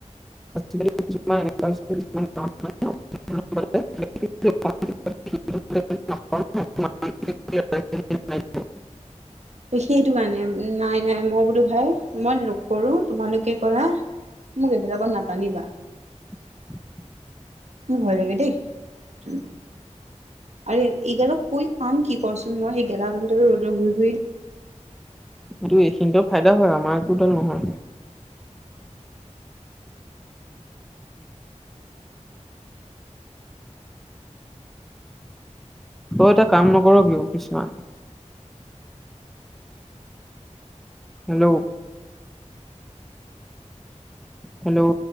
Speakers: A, in the centre; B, on the right.
A: <unintelligible> <inaudible> <inaudible>
B: সেইটো কাৰণে, নাই নাই মই বোলো ভাই মই নকৰো তোমালোকে কৰা। মোক এইবিলাকত নাটানিবা।
A: <unintelligible>
B: মোৰ ভয় লাগে দেই। আৰু এইগালক কৈ কাম কি কচোন মই, সেই গেলা গুমডটোৰ ৰ'দত ঘূৰি ঘূৰি।
A: কিন্তু এইখিনিতেও ফাইদা হয় আমাৰ একোডাল নহয়। তই এটা কাম নকৰ ক অফিছনা। হেল্ল'। হেল্ল'